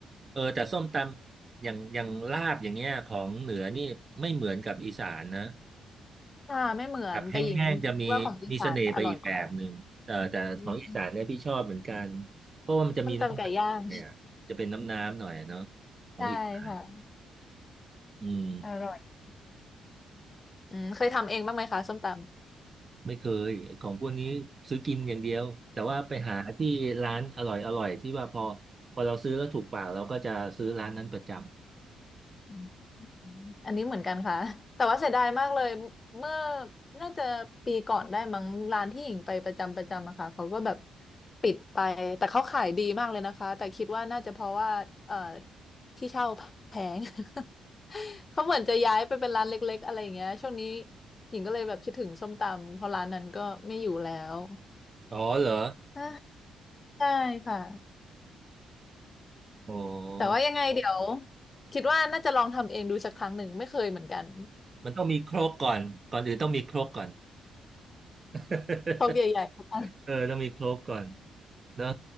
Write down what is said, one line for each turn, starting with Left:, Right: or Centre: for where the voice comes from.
Right: เออแต่ส้มตำอย่างอย่างลาบอย่างเงี้ยของเหนือนี่ไม่เหมือนกับอีสานนะ
Left: อ่าไม่เหมือนแต่หญิง
Right: แบบแห้งๆจะมีมีเสน่ห์ไปอีกแบบหนึ่งเออแต่ของอีสานเนี่ยพี่ชอบเหมือนกัน
Left: ว่าของอีสานอร่อยกว่าอืม
Right: เพราะว่ามันจะมีน้ำน้ำเนี่ยจะเป็นน้ำน้ำหน่อยเนาะ
Left: ส้มตำไก่ย่าง <laughs>
Right: ของอีสาน
Left: ใช่ค่ะ
Right: อืม
Left: อร่อยอืมเคยทำเองบ้างไหมคะส้มต
Right: ไม่เคยของพวกนี้ซื้อกินอย่างเดียวแต่ว่าไปหาที่ร้านอร่อยอร่อยที่ว่าพอพอเราซื้อแล้วถูกปากเราก็จะซื้อร้านนั้นประจ
Left: ำ อันนี้เหมือนกันค่ะแต่ว่าเสียดายมากเลยเมื่อน่าจะปีก่อนได้มั้งร้านที่หญิงไปประจำประจำอะค่ะเขาก็แบบปิดไปแต่เขาขายดีมากเลยนะคะแต่คิดว่าน่าจะเพราะว่าเอ่อที่เช่าแพง <laughs> เขาเหมือนจะย้ายไปเป็นร้านเล็กๆอะไรอย่างเงี้ยช่วงนี้หญิงก็เลยแบบคิดถึงส้มตำเพราะร้านนั้นก็ไม่อยู่แล้ว
Right: ำอ๋อเหรอ
Left: อ่ะใช่ค่ะ
Right: โอ้
Left: แต่ว่ายังไงเดี๋ยวคิดว่าน่าจะลองทำเองดูสักครั้งหนึ่งไม่เคยเหมือนกัน
Right: มันต้องมีโครกก่อนก่อนอื่นต้องมีโครกก่อน <laughs>
Left: <laughs> พกใหญ่ๆ
Right: เออต้องมีโครกก่อนเนอะ